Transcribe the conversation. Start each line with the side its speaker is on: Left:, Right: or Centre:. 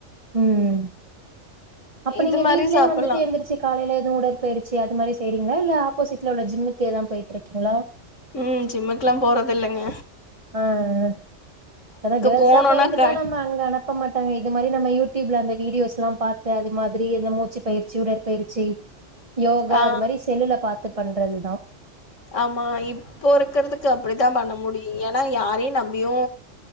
Right: ம் அப்ப
Left: இது
Right: நீங்க
Left: மாரி
Right: வீட்லயே
Left: சாப்பலா
Right: வந்துட்டு எந்திரி சி காலைல ஏது உடற்பயிற்சி அது மாரி செய்றீங்ளா இல்ல ஆப்போசீட்ல உள்ள ஜிம்முக்கேதா போயிட்ருக்கீங்ளா
Left: ம் ஜிம்முக்லா போறதில்லங்க
Right: ஆ ஆ அதா கேள்ஸா
Left: போனோனா
Right: பொறந்துட்டா
Left: கரெ
Right: நம்ம அங்கனா ப்ப மாட்டாங்க இதுமாரி நம்ம யூடியூப்ல அந்த வீடியோஸ்லா பாத்து அது மாதிரி எது மூச்சி பயிற்சி உடற்பயிற்சி யோகா
Left: ஆ
Right: அது மாரி செல்லுல பாத்து பண்றதுதா
Left: ஆமா இப்போ இருக்குறதுக்கு அப்டித்தா பண்ண முடியு ஏனா யாரையு நம்பியு